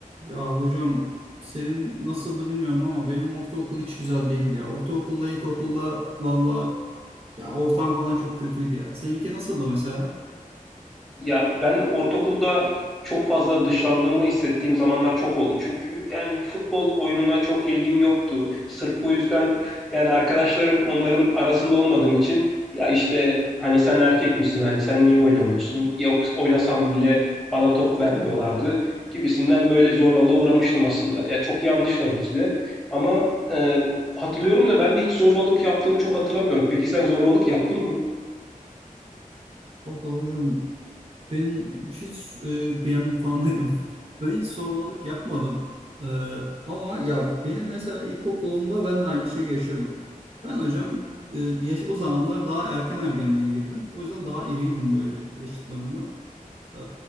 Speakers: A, on the right (about 40°); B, in the centre.
A: Ya hocam senin nasıldı bilmiyorum ama benim ortaokul hiç güzel değildi ya. Ortaokulla ilkokulla valla ya ortam falan çok kötüydü ya. Seninki nasıldı mesela?
B: Ya ben ortaokulda çok fazla dışlandığımı hissettiğim zamanlar çok oldu. Çünkü yani futbol oyununa çok ilgim yoktu. Sırf bu yüzden yani arkadaşlarım onların arasında olmadığım için ya işte hani sen erkek misin hani sen niye oynamıyorsun? Yok oynasam bile bana top vermiyorlardı gibisinden böyle zorbalığa uğramıştım aslında. Ya çok yanlış tabii ki de ama e, hatırlıyorum da ben de hiç zorbalık yaptığımı çok hatırlamıyorum. Peki sen zorbalık yaptın mı?
A: Valla hocam ben hiç e, bir an falan dedim. <laughs> Ben hiç sormalık yapmadım. E, ama ya benim mesela ilkokulumda ben de aynı şeyi yaşıyordum. Ben hocam e, yaş o zamanlar daha erken ergenliğe girdim. O yüzden daha iriydim böyle yaşıtlarımla. Ee,